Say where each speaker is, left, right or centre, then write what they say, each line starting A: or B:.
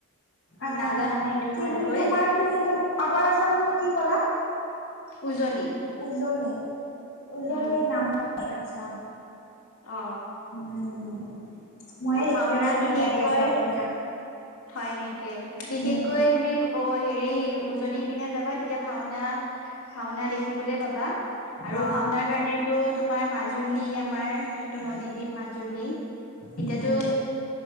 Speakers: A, on the left; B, on the left.
A: আহ
B: নাজানো সেইটো
A: কি
B: ভালকৈ
A: বুলি তোমাৰ খিনি টো আপাৰ আছাম খিনি কি কলা
B: উজনি
A: উজনি, উজনিৰ
B: উম
A: নামনি আচ্ছা।
B: অ।
A: উম ময়েই
B: ত'
A: শিকি
B: ভাওনা
A: আছো ইমান
B: বিশেষকৈ
A: লাগি আছে অসমীয়া।
B: হয় নেকি, বিশেষকৈ
A: উম
B: তুমি অ হেৰি উজনিৰ পিনে যাবা তেতিয়া ভাওনা ভাওনা দেখিবলে পাবা আৰু
A: অ
B: ভাওনাৰ কাৰণেতো তোমাৰ মাজুলী আমাৰ যোনটো নদীদ্বীপ মাজুলী এতিয়াতো
A: উম